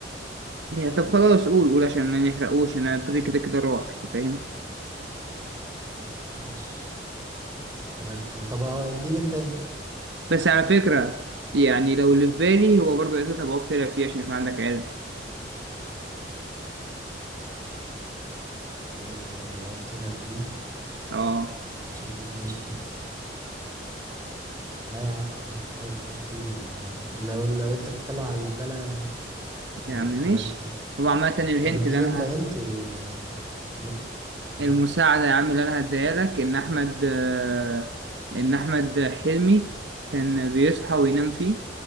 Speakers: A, on the right; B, on the right.
A: يا طب خلاص قول قول عشان ما نحرقوش انا الطريق كده كده راح أنت فاهم
B: ماشي أسألك طب هو اديني أنت
A: بس على فكره يعني لو اللي في بالي هو برضه عايز ابقى طلع فيه عشان يكون عندك علم
B: عايز طب أعرف طلع فيه
A: اه
B: شككنيش في نفسي لا يا عم ما طلعش فيه لو لو لو أنت بتتكلم على اللي في بالي أنا يعني لا
A: يعني
B: ما طلعش
A: ماشي
B: فيه
A: هو عامه الهنت
B: طب اديني
A: اللي انا
B: انت هنت و ولسه كمان.
A: المساعدة يا عم اللي أنا هديها لك إن أحمد آه، إن أحمد حلمي كان بيصحى وينام فيه